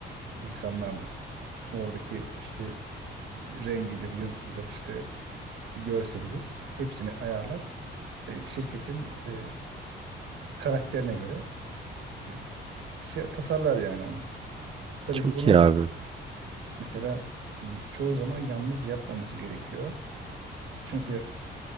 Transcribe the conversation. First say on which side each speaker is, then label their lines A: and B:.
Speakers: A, on the right; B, on the right.
A: insanlardır. Oradaki işte rengidir, yazısıdır, işte görselidir. Hepsini ayarlar. ve şirketin e, karakterine göre e, şey tasarlar yani onu. Tabii
B: çok
A: ki bunu
B: iyi abi.
A: mesela m, çoğu zaman yalnız yapmaması gerekiyor. Çünkü